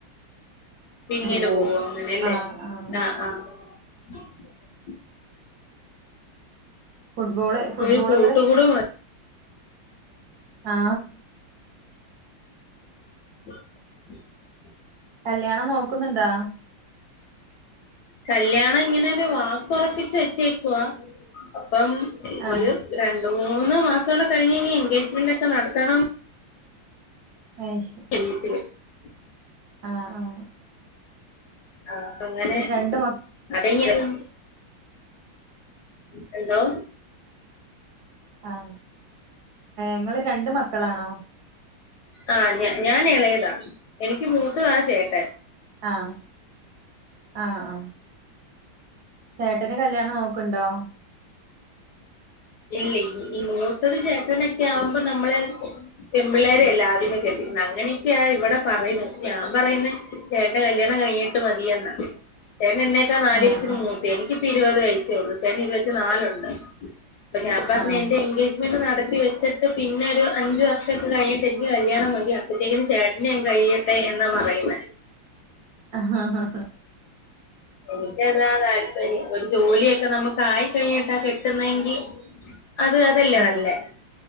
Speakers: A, on the left; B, on the right.
A: പിന്നീട്
B: പോവും
A: പോവുങ്ങനല്ലേ
B: ആഹ് ആഹ്
A: ആ ആ <unintelligible>
B: ഫുട്ബോള് ഫുട്ബോളുകൾ
A: ഒരു കൂട്ടുകുടുംബം
B: ആ
A: <unintelligible>
B: കല്യാണം നോക്കുന്നുണ്ടാ
A: കല്യാണംങ്ങനെരു വാക്കൊറപ്പിച്ച് വെച്ചേക്കുവ പ്പം
B: ആഹ്
A: ഒര് രണ്ട് മൂന്ന് മാസൂടെ കഴിഞ്ഞ് ഇനി ഒരു എൻഗേജ്മെന്റ്ക്കെ നടത്തണം
B: അയ്
A: <unintelligible>
B: ശരി ആഹ് ആഹ
A: ആപ്പങ്ങനെ
B: രണ്ട് മ
A: അതെങ്ങനെയാ ഹല്ലോ
B: ആഹ് ങ്ങള് രണ്ട് മക്കളാണോ
A: ആ ഞ ഞാൻ എളയതാ എനിക്ക് മൂത്തതാ ചേട്ടൻ
B: ആഹ് ആ ആ ചേ ട്ടൻ്റെ കല്യാണം നോക്ക്ണ്ടോ
A: ഇല്ലി ഈ മൂത്തത് ചേട്ടനൊക്കെ ആവുമ്പോ നമ്മള് പെൺപിള്ളേരെയല്ലേ ആദ്യമേ കെട്ടിക്കുന്നെ അങ്ങനെയക്കെയാ ഇവടെ പറയുന്ന പക്ഷെ ഞാൻ പറയുന്ന ചേട്ടന്റെ കല്യാണം കഴിഞ്ഞിട്ട് മതിയെന്നാ ചേട്ടന് എന്നേക്കാ നാല്
B: ആഹ്
A: വയസ്സിന്
B: ആഹ്
A: മൂത്തയ എനിക്കിപ്പ ഇരുവത് വയസേ ഒള്ള് ചേട്ടന് ഇരുവത്തി നാലൊണ്ട് അപ്പൊ ഞാൻ പറഞ്ഞ്
B: ആഹ്
A: എന്റെ എൻഗേജ്മെന്റ് നടത്തിവെച്ചട്ട് ക്ക് പിന്നൊരു അഞ്ച് വർഷൊക്കെ കഴിഞ്ഞിട്ട് എനിക്ക് കല്യാണം മതി അപ്പത്തേക്കിനും ചേട്ടന്റെ അങ്ങ് കഴിയട്ടെ എന്നാ പറയുന്നേ
B: അഹാഹഹ
A: എനിക്കതാ താൽപര്യം ഒരു ജോലിയൊക്കെ നമുക്ക് ആയിക്കഴിഞ്ഞിട്ടാ കെട്ടുന്നെങ്കി അത് അതല്ലേ
B: ആഹ്
A: നല്ലേ